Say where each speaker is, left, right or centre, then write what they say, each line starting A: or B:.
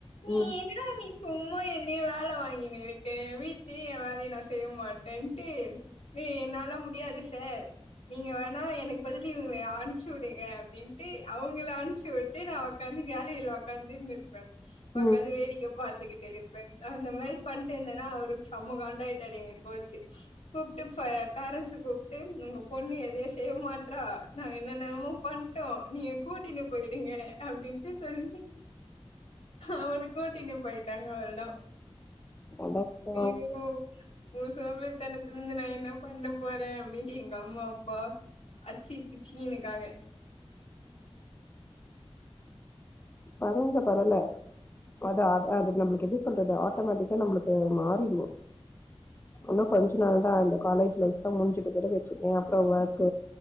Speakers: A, on the left (about 80°); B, on the left (about 25°).
A: நீனா
B: ம்
A: நீ சும்மா என்னய வேலை வாங்கினு இருக்கே வீட்லயு ஏ வேலயே மாரி நா செய்ய மாட்டேன்ட்டு நீ என்னால முடியாது சார் நீங்க வேணா எனக்கு பதில இவுங்கள அனுப்ச்சு விடுங்க அப்பிடின்ட்டு அவுங்கள அனுச்சு விட்டு நா உட்க்காந்து கேலரியில உட்க்காந்துன்னக்கேன் உனக்கா
B: ம்
A: வந்து வேடிக்கை பாத்துக்கிட்டு அந்த மாரி பண்ணிட்டு இருந்தேன்னா அவருக்கு சமகண்டாயிட்டாரு எங்க போச்சு கூப்பிட்டு பேரண்ட்ஸு கூப்பிட்டு உங்க பொண்ணு எதையு செய்ய மாட்டா நாங்க என்ன நேரமோ பண்ணிட்டோ நீங்க கூட்டின்னு போயிடுங்க அப்பிடின்ட்டு சொல்லி அவரு கூட்டின்னு போயிட்டாங்க அவரிட
B: அடப்பா
A: யோ உ சோம்பேரிதனத்துல இருந்து நா என்ன பண்ண போறே அப்படின் அம்மா அப்பா அச்சி பிச்சினுுக்காங்க
B: பரவாயரவ அது நம்மளுக்கு எது சொல்றது ஆட்டோமேட்டிக்கா நம்மளுக்கு மாறிடுவோ இன்னு கொஞ்ச நாள் தா இந்த காலேஜ் லைப்ல முடிஞ்சுட்டு பேர் வச்சிருக்கே அப்புற ஒர்க்